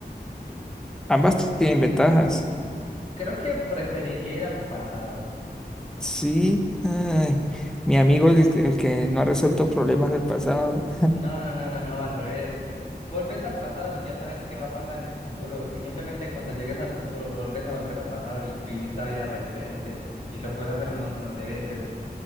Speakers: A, in the centre; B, on the left.
A: Ambas tienen ventajas.
B: Creo que preferiría ir al pasado.
A: Sí, ay, mi amigo, el, el que no ha resuelto problemas del pasado.
B: No, no, no, no, no, al revés. Volves al pasado y ya sabes qué va a pasar en el futuro. Y simplemente cuando llegues al futuro, volves a volver al pasado y vivís la vida re diferente. Y lo puedes hacer un montón de veces.